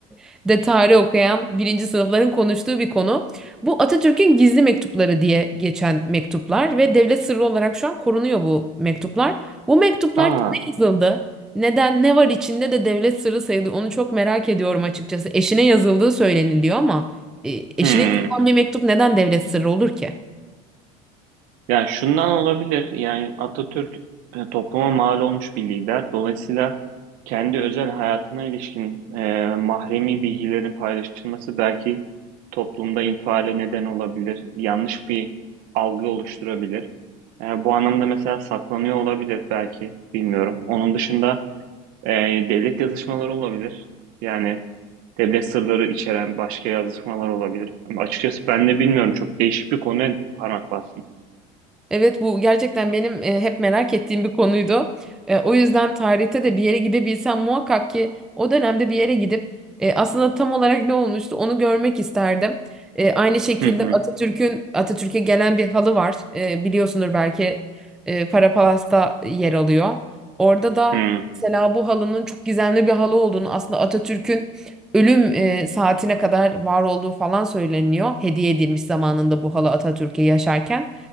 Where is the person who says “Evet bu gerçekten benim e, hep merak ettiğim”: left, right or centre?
Centre